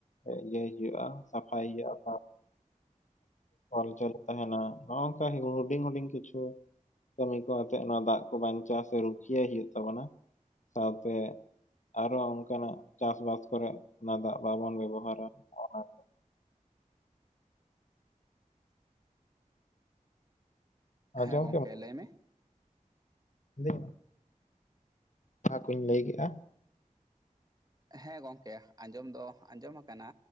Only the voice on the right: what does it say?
ᱦᱮᱸ ᱜᱚᱢᱠᱮ ᱞᱟᱹᱭ ᱢᱮ
ᱦᱮᱸ ᱜᱚᱝᱠᱮ ᱟᱸᱡᱚᱢ ᱫᱚ ᱟᱸᱡᱚᱢ ᱟᱠᱟᱱᱟ᱾